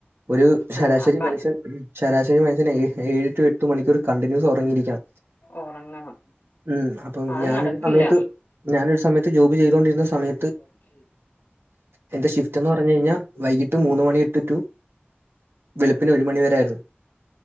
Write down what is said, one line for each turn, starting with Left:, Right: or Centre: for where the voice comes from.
Right: ഒരു ശരാശരി
Left: ആഹ് അപ്പ
Right: മനുഷ്യൻ ശരാശരി മനുഷ്യൻഏ ഏഴു ടു എട്ടു മണിക്കൂർ കണ്ടിന്യൂസ് ഒർ - പരിഹരിക്കാം.
Left: ഒറങ്ങണം
Right: ഉം അപ്പൊ
Left: അത്
Right: ഞാന്
Left: നടക്കില്ല
Right: അമയത് ഞാന് സമത്ത് ജോബ് ചെയ്തു കൊണ്ടിരുന്ന സമയ
Left: ഓക്കെ
Right: എന്റെ ഷിഫ്റ്റ്ന്ന് പറഞ് കഴിഞ്ഞാൽ വൈകീട്ട് മൂന്ന് മണി ഇട്ടിട്ടു വെളുപ്പിന് ഒരു മണിവരെയായിരുന്നു.